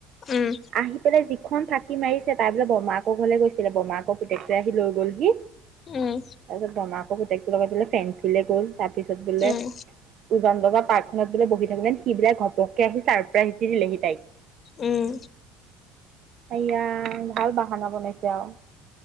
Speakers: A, on the left (about 45°); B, on the right (about 55°).
A: উম
B: আহি পেলাই যিখন থাকে। সি মাৰিছে তাই বোলে বৰমাকক ঘৰলৈ গৈছিলে বৰমা আক পুতেকেটো আহি লৈ গ'লহি
A: উম,
B: তাৰ পিছত বৰমাকৰ পুতেকটো লগত । ফেঞ্চিলে গ'ল। তাৰপিছত বোলে
A: উম,
B: উজান বজাৰ পাৰ্ক। ঘৰত বোলে বহি থাকোঁতে সি বোলে ঘপকে আহি ছাৰপ্ৰাইজ দি দিলেহি তাইক।
A: উম
B: ইয়া ভাল বাহানা বনাইছে আৰু